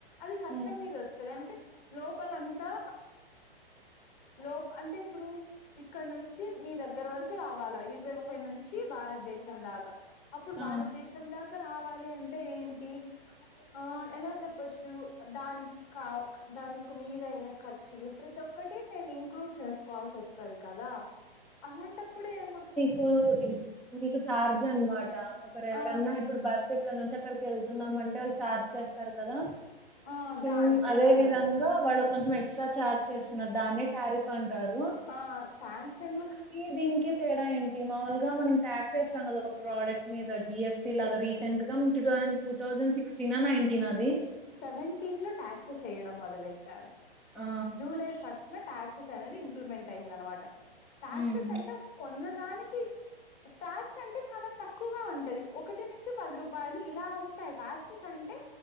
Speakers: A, on the left (about 25°); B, in the centre.
A: అది కష్టం
B: హ్మ్.
A: మీద వస్తది అంటే లోపలంతా లోప్ అంటే ఇప్పుడు ఇక్కడ నుంచి మీ దగ్గర వరకు రావాలా యుఎస్ఏ నుంచి చ్చి భారతదేశం దాకా అప్పుడు
B: ఆ!
A: భారతదేశం దాకా రావాలి అంటే ఏంటి ఆ ఎలా చెప్పొచ్చు దాని కా దానియొక్క మీదయిన ఖర్చులు ప్రతి ఒక్కటి నేను ఇంక్లూడ్ చేసుకోవాల్సి వస్ స్తది కదా అలాంటప్పుడే ఏమ
B: కు నీకు చార్జ్ అనమాట ఒకరు ఎవరన్నా
A: ఆ
B: ఇప్పుడు బస్ ఇక్కడ నుంచి అక్కడికేళ్తున్నాం అంటే వాళ్ళు ఛార్జ్ చేస్తారు కదా
A: ఆ
B: సేమ్
A: దానికి
B: అదే
A: అలాగా
B: విధం గా వాడు కొంచెం ఎక్స్ట్రా ఛార్జ్ చేస్తున్నారు దాన్నే టారిఫ్ అంటారు
A: ఆ సాంక్షన్క్లాక్
B: కి దీనికి తేడా ఏంటి మాముూలుగా మనం ట్యాక్స్ వేస్తాం కద ఒక ప్రోడక్ట్ మీదా జిఎస్టీ లాగా రీసెంట్ గా టూ థౌజండ్ సిక్స్టీన్ ఆ నైన్టీన్ ఆ అది
A: సెవెంటీన్ లో టాక్సెస్ ఏయ్యడం మొదలెట్టారు
B: ఆ!
A: జూలై ఫస్ట్ ఇంగ టాక్సెస్ అనేది ఇంప్లిమెంట్ అయింది అనమాట. టాక్సెస్
B: హ్మ్.
A: అంటే కొన్నదానికి ట్యాక్స్ అంటే చాలా తక్కువగా ఉంటది. ఒకటి నుంచి పది రూపాయలు ఇలా ఉంటాయి టాక్సెస్ అంటే